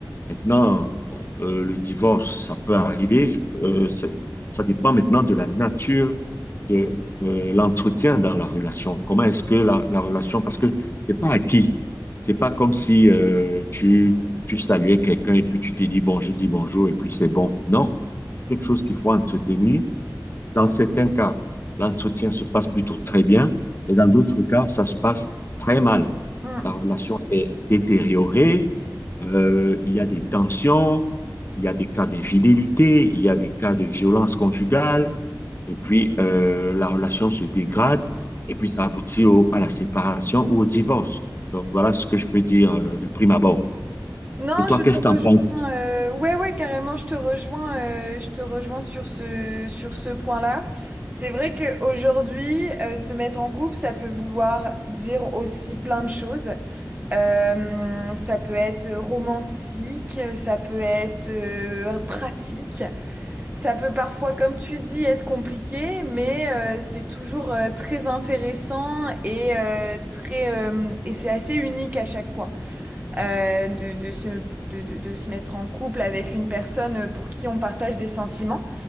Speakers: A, on the left (about 30°); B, on the right (about 20°).
A: Maintenant, bon, euh, le divorce, ça peut arriver. euh, c'est- ça dépend maintenant de la nature de euh, l'entretien dans la relation. Comment est-ce que la, la relation, parce que c'est pas acquis. C'est pas comme si euh, tu, tu saluais quelqu'un et puis tu te dis bon, j'ai dit bonjour et puis c'est bon. Non, c'est quelque chose qu'il faut entretenir. Dans certains cas, l'entretien se passe plutôt très bien, mais dans d'autres cas, ça se passe très mal.
B: Mm.
A: La relation est détériorée, euh, il y a des tensions, il y a des cas d'infidélité, il y a des cas de violence conjugale, et puis euh, la relation se dégrade, et puis ça aboutit au- à la séparation ou au divorce. Donc voilà ce que je peux dire euh, de prime abord.
B: Non,
A: Et toi,
B: je
A: qu'est-ce
B: te
A: que tu
B: rejoins.
A: en penses?
B: euh, ouais, ouais, carrément, je te rejoins. euh, je te rejoins sur ce sur ce point-là. C'est vrai qu'aujourd'hui, euh, se mettre en couple, ça peut vouloir dire aussi plein de choses. Euh, ça peut être romantique, ça peut être euh, pratique, ça peut parfois, comme tu dis, être compliqué, mais euh, c'est toujours euh, très intéressant et euh, très euh, et c'est assez unique à chaque fois euh, de, de se, de, de- de se mettre en couple avec une personne euh, pour qui on partage des sentiments.